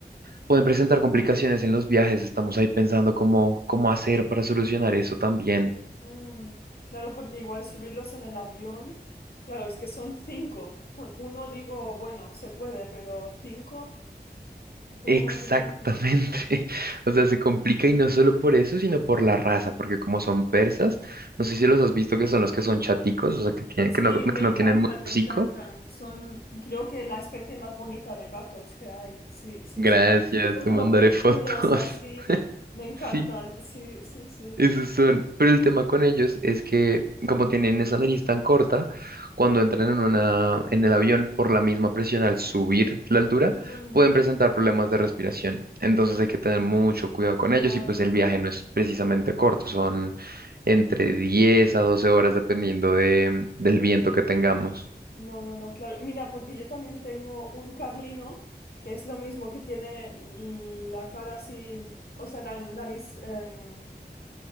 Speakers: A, on the right; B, on the left.
A: pueden presentar complicaciones en los viajes. Estamos ahí pensando cómo, cómo hacer para solucionar eso también.
B: Mm, Claro, porque igual subirlos en el avión. Claro, es que son cinco. Con uno digo, bueno, se puede, pero cinco, un poco
A: Exactamente.
B: más difícil.
A: <laughs> O sea, se complica y no solo por eso, sino por la raza, porque como son persas, no sé si los has visto que son los que son chaticos, o sea, que, tienen,
B: Sí,
A: que, no, que
B: me encantan,
A: no tienen mucho
B: me
A: hocico.
B: encantan. Son, creo que la especie más bonita de gatos que hay. Sí, sí,
A: Gracias,
B: sí. Son
A: te
B: como
A: mandaré
B: peludos
A: fotos.
B: así.
A: <laughs>
B: Me encantan.
A: Sí.
B: Sí, sí, sí.
A: Esos son. Pero el tema con ellos es que, como tienen esa nariz tan corta, cuando entran en una, en el avión, por la misma presión al subir la altura,
B: Mm,
A: pueden presentar problemas de respiración. Entonces hay que tener mucho cuidado con
B: claro.
A: ellos y pues el viaje no es precisamente corto, son entre 10 a 12 horas dependiendo de, del
B: Uf,
A: viento que tengamos.
B: no, no, no, claro. Mira, porque yo también tengo un carlino que es lo mismo, que tiene la cara así, o sea, la nariz, em,